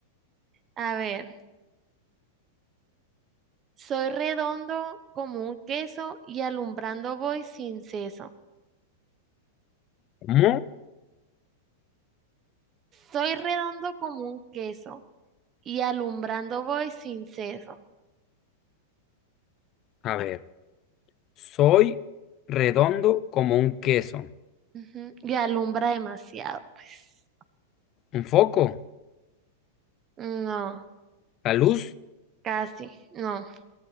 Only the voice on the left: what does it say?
¿Cómo?
A ver, soy redondo como un queso.
¿Un foco?
¿La luz?